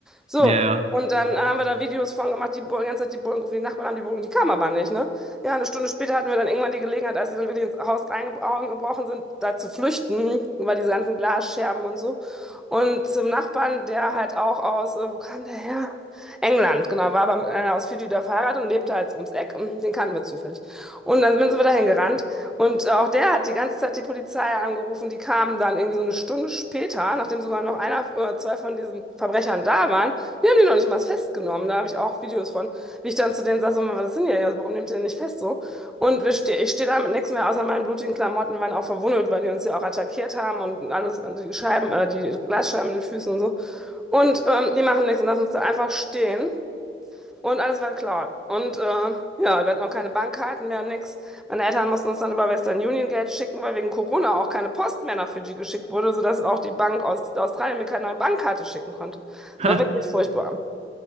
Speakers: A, in the centre; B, on the right (about 35°).
A: So,
B: ja, ja.
A: und
B: <laughs>
A: dann haben wir da Videos von gemacht, die, Bullen- die ganze Zeit die Bullen gerufen, die Nachbarn haben die Bullen, die kamen aber nicht, ne? Ja, eine Stunde später hatten wir dann irgendwann die Gelegenheit, als sie dann wirklich ins Haus reingebrochen sind, da zu flüchten, über diese ganzen Glasscherben und so. Und zum Nachbarn, der halt auch aus, äh, wo kam der her? England, genau, war aber mit einer aus Fidschi da verheiratet und lebte halt ums Eck. Und Den kannten wir zufällig. Und dann sind wir dahin gerannt. Und äh, auch der hat die ganze Zeit die Polizei angerufen. Die kamen dann irgendwie so eine Stunde später, nachdem sogar noch einer oder zwei von diesen Verbrechern da waren. Die haben die noch nicht mal festgenommen. Da habe ich auch Videos von, wie ich dann zu denen saß und mal, was sind denn hier? Ja, Warum nehmt ihr den nicht fest so? Und wir ste ich stehe da mit nichts mehr außer meinen blutigen Klamotten, waren auch verwundet, weil die uns ja auch attackiert haben und alles, die Scheiben, äh, die Glasscheiben in den Füßen und so. Und ähm, die machen nichts und lassen uns da einfach stehen. Und alles war klar. Und äh, ja, wir hatten auch keine Bankkarten mehr, nix. Meine Eltern mussten uns dann über Western Union Geld schicken, weil wegen Corona auch keine Post mehr nach Fidschi geschickt wurde, sodass auch die Bank aus Australien mir keine neue Bankkarte schicken konnte.
B: Ha.
A: Es war wirklich furchtbar.